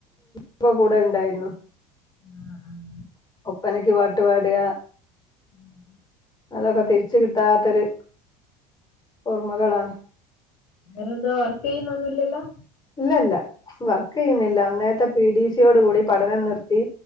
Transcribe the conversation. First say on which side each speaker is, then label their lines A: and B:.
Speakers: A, on the left; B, on the left.
A: ഇപ്പ കൂടേണ്ടായിരുന്നു
B: ആ ആ
A: ഒപ്പനക്ക് പാട്ട് പാടാ
B: ഉം.
A: അതൊക്കെ തിരിച്ച് കിട്ടാത്തൊരു ഓർമ്മകളാണ്
B: വേറെന്താ വർക്കെയുന്നൊന്നില്ലല്ലോ?
A: ഇല്ലല്ല വർക്ക് ചെയ്യുന്നില്ല അന്നേത്തെ പി ഡി സിയോട് കൂടി പഠനം നിർത്തി.